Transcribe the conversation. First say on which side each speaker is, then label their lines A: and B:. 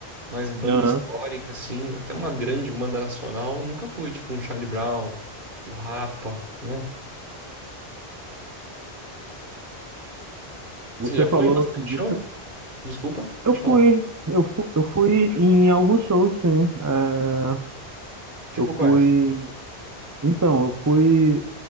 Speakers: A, on the right; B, on the right.
A: mas banda
B: aham.
A: histórica, assim, até uma grande banda nacional, nunca fui, tipo um Charlie Brown, o Rapa, né? Você
B: Você
A: já
B: falou
A: foi em bastante
B: de
A: show? Desculpa, pode
B: Eu
A: falar.
B: fui, eu fui, eu fui em alguns shows, sim. É,
A: Tipo
B: eu
A: quais?
B: fui. Então, eu fui